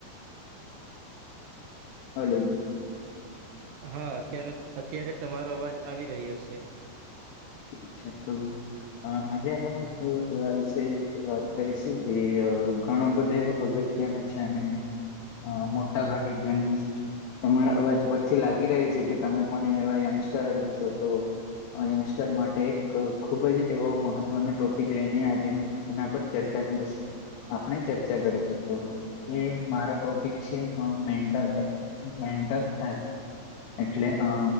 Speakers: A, on the left; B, on the right.
A: હલો
B: હા અત્યારે અત્યારે તમારો અવાજ આવી રહ્યો છે.
A: અચ્છા તો અ આજે આપણે એક એવા વિષય વિશે વાત કરીશું જે ઘણો બધા એ અગત્ય તેના છે અને અ મોટા ભાગે તેમ તમારા અવાજ પરથી લાગી રહ્યુ છે કે તમે પણ એવા યંગસ્ટર જ હશો તો યંગસ્ટર માટે એક ખુબ જ એવો મહત્વનો ટોપિક લઈને આજે હું એના પર ચર્ચા કરીશ આપણે ચર્ચા કરી શકો એ મારો ટોપિક છે મેન્ટલ હેલ્થ મેન્ટલ હેલ્થ એટલે અ